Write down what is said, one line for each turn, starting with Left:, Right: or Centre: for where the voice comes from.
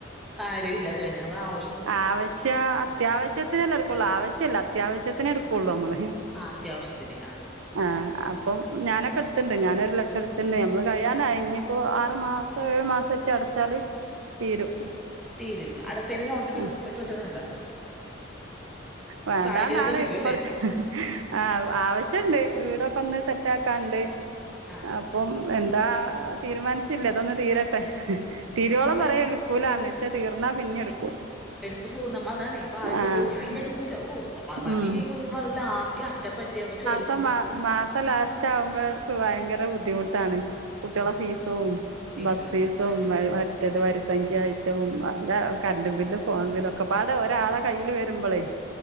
Centre: കാര്യം ഇല്ലാത് തന്നെ നമ്മള ആവിശ്യ
Right: ആവശ്യം അത്യാവശ്യത്തിനല്ലേ എടുക്കുള്ളൂ ആവശ്യല്ല അത്യാവശ്യത്തിന് എടുക്കുള്ളു നമ്മള്
Centre: ആഹ് അത്യാവശ്യത്തിന് ആഹ് ആഹ്.
Right: ആഹ് അപ്പം ഞാനൊക്കെ എടുത്തിണ്ട് ഞാനൊരു ലക്ഷം എടുത്തിണ്ട് നമ്മള് കഴിയാനായി ഇഞ്ഞിപ്പോ ആറ് മാസ് ഏഴു മാസം ഒറ്റ അടച്ചാല് തീരും.
Centre: തീരും അടുത്തേനി നോട്ടിട്ട്
Right: ആ
Centre: ഇട്ട് വച്ചിട്ടുണ്ട?
Right: വേണ്ടാന്നാണ്
Centre: സാഹചര്യം പോലെ ഇരിക്കും
Right: ഇപ്പഴത്തെ
Centre: അല്ലേ
Right: ആഹ് ആവശ്യുണ്ട് വീടൊക്കെ ഒന്ന് സെറ്റ് ആക്കാൻ ഇണ്ട്
Centre: ആഹ് ആഹ്
Right: അപ്പം എന്താ തീരുമാനിച്ചില്ലേ ഇതൊന്ന് തീരട്ടെ തിരോളം
Centre: അപ്പൊ
Right: പറയ
Centre: ഞാൻ ചോയ്
Right: എടുക്കൂലാ ന്ന് ക്ഷേ തീർന്നാ പിന്നെ എടു
Centre: എടുത്തു പോവും നമ്മ അതാണേ മ്മ ആദ്യം
Right: ആ
Centre: പറയും ഞാ ഇനി
Right: ആ
Centre: എടുക്കൂല ഓ മതിന്ന്
Right: ഉം
Centre: പറഞ്ഞ ലാസ്റ്റ് അറ്റപ്പറ്റയാവുമ്പോ ചോദിക്ക-
Right: പ്പം മാ മാസം ലാസ്റ്റ് ആവുമ്പോഴടുത്ത് ഭയങ്കര ബുദ്ധിമുട്ടാണ് കുട്ടികളെ
Centre: ആഹ്
Right: ഫീസും
Centre: ഫീസ്
Right: ബസ്
Centre: എല്ലാം
Right: ഫീസും
Centre: കൊടുക്കാനല്ലേ
Right: മ മറ്റേത് വരി സംഖ്യ ആയിട്ടും അല്ല കറണ്ട് ബില്ലും ഫോൺ ബില്ല് ഒക്കെ ഒക്കാപ്പാടെ ഒരാളെ കയ്യില് വരുമ്പോളേ